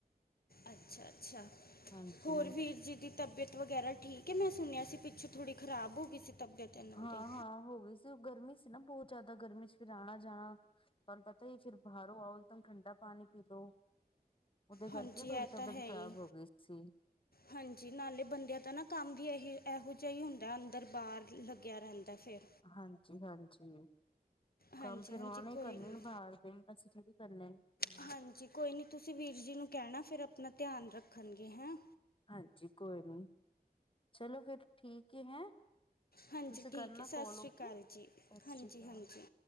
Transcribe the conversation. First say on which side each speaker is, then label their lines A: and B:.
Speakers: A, on the left (about 70°); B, on the left (about 35°).
A: ਅੱਛਾ-ਅੱਛਾ
B: ਹਾਂਜੀ।
A: ਹੋਰ ਵੀਰ ਜੀ ਦੀ ਤਬੀਅਤ ਵਗੈਰਾ ਠੀਕ ਏ ਮੈਂ ਸੁਣਿਆ ਸੀ ਪਿੱਛੇ ਥੋੜ੍ਹੀ ਖਰਾਬ ਹੋ ਗਈ ਸੀ ਤਬੀਅਤ ਇਹਨਾਂ
B: ਹਾਂ-ਹਾਂ
A: ਦੀ
B: ਹੋ ਗਈ ਸੀ ਓ ਗਰਮੀ ਸੀ ਨਾ ਬੋਤ ਜਾਦਾ ਗਰਮੀ 'ਚ ਫਿਰ ਆਣਾ ਜਾਣਾ। ਪਰ ਪਤਾ ਈ ਫਿਰ ਬਾਰੋਂ ਆਓ ਇੱਕਦਮ ਠੰਡਾ ਪਾਣੀ ਪੀ ਲੋ। ਉਦੇ ਕਰਕੇ
A: ਹਾਂਜੀ
B: ਨਾ ਥੋੜੀ
A: ਇਹ
B: ਤਬੀਅਤ
A: ਤਾਂ ਹੈ
B: ਖ਼ਰਾਬ
A: ਹੀ
B: ਹੋ ਗਈ ਸੀ।
A: ਹਾਂਜੀ ਨਾਲੇ ਬੰਦਿਆਂ ਤਾਂ ਨਾ ਕੰਮ ਵੀ ਇਹੀ ਇਹੋ ਜਿਹਾ ਹੀ ਹੁੰਦਾ ਅੰਦਰ ਬਾਰ ਲੱਗਿਆ ਰੈਂਦਾ ਫਿਰ
B: ਹਾਂਜੀ-ਹਾਂਜੀ
A: ਹਾਂਜੀ
B: ਕੱਮ ਫੇਰ
A: ਹਾਂਜੀ
B: ੳਹਨਾ ਨੇ
A: ਕੋਈ
B: ਕਰਨੇ
A: ਨਹੀਂ
B: ਬਾਰ ਦੇ, ਅਸੀਂ ਥੋੜੀ ਕਰਨੇ।
A: ਹਾਂਜੀ ਕੋਈ ਨੀ ਤੁਸੀਂ ਵੀਰ ਜੀ ਨੂੰ ਕੈਣਾ ਫੇਰ ਆਪਣਾ ਧੇਆਨ ਰੱਖਣਗੇ ਹੈਂ।
B: ਹਾਂਜੀ ਕੋਈ ਨਣੀ, ਚਲੋ ਫਿਰ ਠੀਕ ਏ ਹੈ।
A: ਹਾਂਜੀ
B: ਤੁਸੀਂ
A: ਠੀਕ
B: ਕਰਨਾ
A: ਹੈ ਸਤਿ
B: ਕੋਲ
A: ਸ਼੍ਰੀ
B: ਓਕੇ,
A: ਅਕਾਲ ਜੀ
B: ਸਸ੍ਰੀ
A: ਹਾਂਜੀ
B: ਕਾਲ।
A: ਹਾਂਜੀ